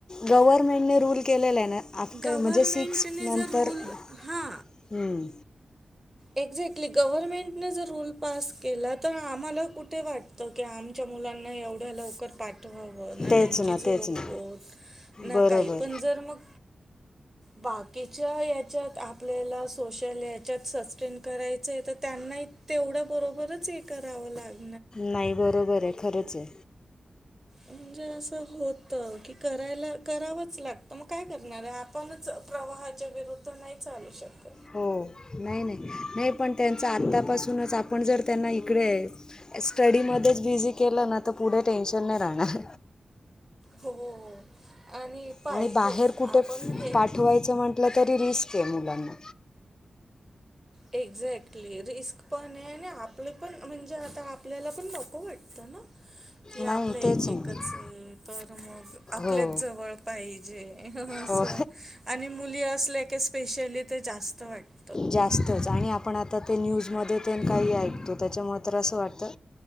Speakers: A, on the left (about 30°); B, on the right (about 15°).
A: गव्हर्मेंटने रूल केलेला आहे ना. आफ्टर
B: गव्हर्मेंटने
A: म्हणजे सिक्स नंतर
B: जर रूल हा
A: हम्म.
B: एक्झॅक्टली गव्हर्नमेंटनें जर रूल पास केला तर, आम्हाला कुठे वाटतं त की आमच्या मुलांना एवढ्या लवकर पाठवावं
A: तेच
B: त्यांची
A: ना
B: झोप
A: तेच ना
B: होत
A: बरोबर
B: काही पण जर मग बाकीच्या हच्यात आपल्याला सोशल त्यात सस्टेन करायचंय तर त्यांनाही तेवढ्या बरोबरच हे करावं लागल
A: नाही बरोबर आहे खरंचये.
B: म्हणजे असं होत की, करायला करावंच लागत मग काय करणार आहे आपणच प्रवाहाच्या विरुद्ध नाही चालू शकत.
A: हो, नाही नाही नाही पण त्यांचं आतापासूनच आपण जर त्यांना इकडे स्टडी मध्येच बिझी केलं ना तर, पुढे टेन्शन नाही राहणार.
B: हो आणि पाहिजेच
A: आणि बाहेर कुठे
B: आपण हे
A: पाठवायचं म्हटलं तरी, रिस्क आहे मुलांना.
B: एक्झॅक्टली रिस्क पण आहे, आणि आपले पण म्हणजे आता आपल्याला पण नको वाटतं ना. कि आपलं
A: नाही
B: एक
A: तेच
B: एकच
A: ना
B: आहे तर, मग आपल्याच
A: हो
B: जवळ पाहिजे. म्हणजे असं
A: हो
B: आणि मुली असल्या की स्पेशली ते जास्त वाटतं.
A: जास्तच आणि आपण आता ते न्यूजमध्ये ते काही ऐकतो त्याच्या मुळे तर असं वाटतं